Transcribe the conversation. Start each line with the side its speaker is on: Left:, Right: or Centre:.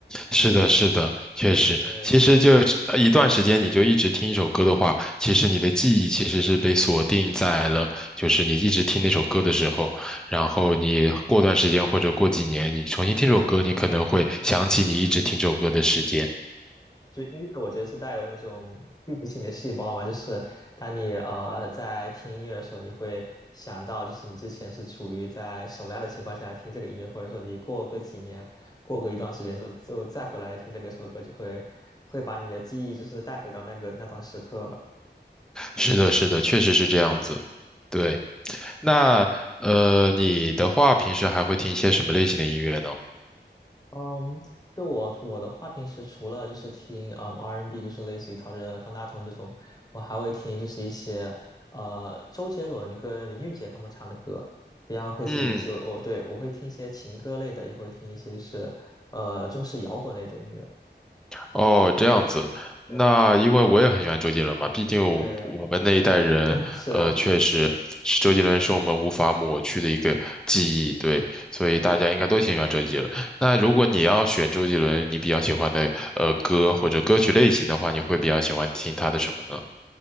Centre: 是的，是的，确实，
Left: <laughs> 对。
Centre: 其实就是呃一段时间，你就一直听一首歌的话，
Left: 嗯
Centre: 其实你的记忆其实是被锁定在了，就是你一直听那首歌的时候，然后你过段时间或者过几年，你重新听首歌，你可能会想起你一直听这首歌的时间。
Left: 嗯，就音乐，我觉得是带有那种记忆性的细胞嘛，就是当你呃在听音乐的时候，你会想到就是你之前是处于在什么样的情况下听这个音乐，或者说你过个几年，过个一段时间之后，就再回来听这个首歌，就会会把你的记忆就是带回到那个那段时刻吧。
Centre: 是的，是的，确实是这样子。对，那呃，你的话，平时还会听一些什么类型的音乐呢？
Left: 嗯，就我我的话，平时除了就是听嗯 R&B，N 就是类似于陶喆、方大同这种，我还会听就是一些呃周杰伦跟林俊杰他们唱的歌，比较类似于就我对我会听一些情歌类的，
Centre: 嗯。
Left: 也会听一些就是呃中式摇滚类的音乐。
Centre: 哦，这样子，
Left: 对
Centre: 那因为我也很喜欢周杰伦嘛，毕竟我我们那一代人，
Left: 对，<laughs> 是。
Centre: 呃，确实是周杰伦是我们无法抹去的一个记忆，对，所以大家应该都挺喜欢周杰伦。那如果你要选周杰伦，你比较喜欢的呃歌或者歌曲类型的话，你会比较喜欢听他的什么呢？